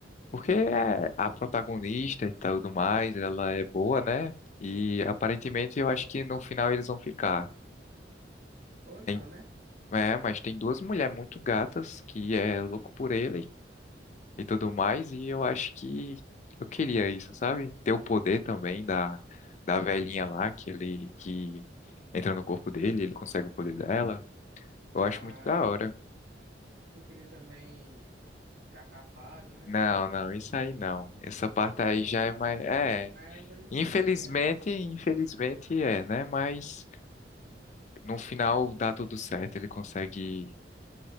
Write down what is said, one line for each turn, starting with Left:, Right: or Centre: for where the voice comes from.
Left: Porque é a protagonista e tudo mais, ela é boa, né? E aparentemente eu acho que no final eles vão ficar.
Right: Ou não,
Left: Tem-
Right: né?
Left: é, mas tem duas mulheres muito gatas que é louco por ele e tudo mais, e eu acho que eu queria isso, sabe? Ter o poder também da, da velhinha lá que ele que entra no corpo dele, ele consegue o poder dela. Eu
Right: Ah,
Left: acho muito da hora.
Right: tu queria também ficar capado, né?
Left: Não, não, isso aí não. Essa parte
Right: Mas
Left: aí
Right: é,
Left: já é mais.
Right: é coisa,
Left: É.
Right: mas é uma coisa que
Left: Infelizmente,
Right: viria, né?
Left: infelizmente é, né? Mas no final dá tudo certo. Ele consegue